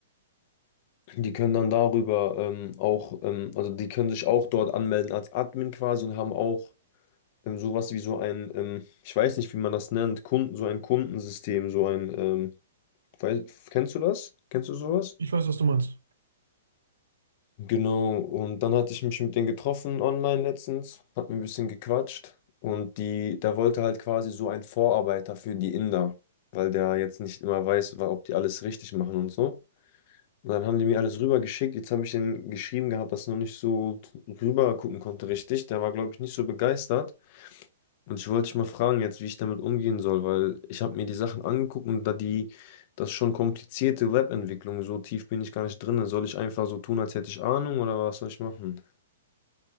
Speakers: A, on the left; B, on the right.
A: Die können dann darüber ähm, auch, ähm, also die können sich auch dort anmelden als Admin quasi und haben auch ähm, sowas wie so ein, ähm, ich weiß nicht, wie man das nennt, Kunden, so ein Kundensystem, so ein ähm, Weil, kennst du das? Kennst du sowas?
B: ich weiß, was du meinst.
A: Genau, und dann hatte ich mich mit denen getroffen online letztens, hat mir ein bisschen gequatscht und die, der wollte halt quasi so ein Vorarbeiter für die Inder, weil der jetzt nicht immer weiß, wa- ob die alles richtig machen und so. Und dann haben die mir alles rübergeschickt, jetzt habe ich denen geschrieben gehabt, dass er noch nicht so drüber gucken konnte richtig, der war glaube ich nicht so begeistert. Und ich wollte dich mal fragen jetzt, wie ich damit umgehen soll, weil ich habe mir die Sachen angeguckt und da die, das ist schon komplizierte Webentwicklung, so tief bin ich gar nicht drin. Soll ich einfach so tun, als hätte ich Ahnung oder was soll ich machen?